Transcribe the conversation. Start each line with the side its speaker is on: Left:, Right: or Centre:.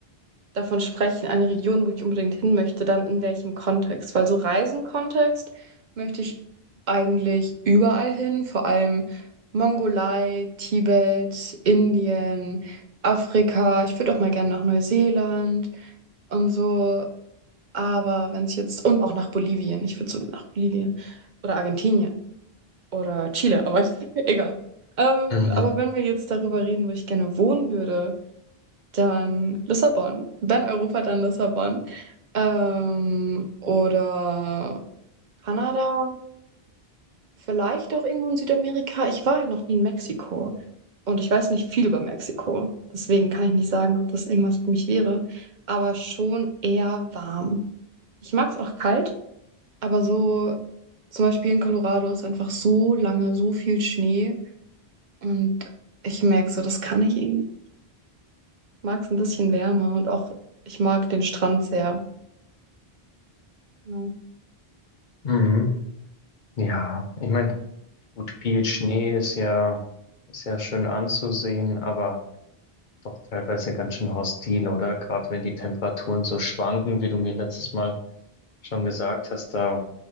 Right: davon sprechen, eine Region, wo ich unbedingt hin möchte, dann in welchem Kontext? Weil so Reisenkontext möchte ich eigentlich überall hin, vor allem Mongolei, Tibet, Indien, Afrika. Ich würde auch mal gerne nach Neuseeland und so. Aber wenn es jetzt, und auch nach Bolivien, ich würde sogar nach Bolivien oder Argentinien oder Chile, aber <laughs> egal. Ähm,
Left: Mhm.
Right: aber wenn wir jetzt darüber reden, wo ich gerne wohnen würde, dann Lissabon. Wenn Europa, dann Lissabon. Ähm, oder Kanada. Vielleicht auch irgendwo in Südamerika. Ich war halt noch nie in Mexiko. Und ich weiß nicht viel über Mexiko. Deswegen kann ich nicht sagen, ob das irgendwas für mich wäre. Aber schon eher warm. Ich mag es auch kalt, aber so zum Beispiel in Colorado ist einfach so lange, so viel Schnee. Und ich merke so, das kann ich irgendwie. mag es ein bisschen wärmer und auch ich mag den Strand sehr. Genau.
Left: Mhm. Ja, ich meine, gut, viel Schnee ist ja, ist ja schön anzusehen, aber doch teilweise ganz schön hostil, oder? Gerade wenn die Temperaturen so schwanken, wie du mir letztes Mal schon gesagt hast, da,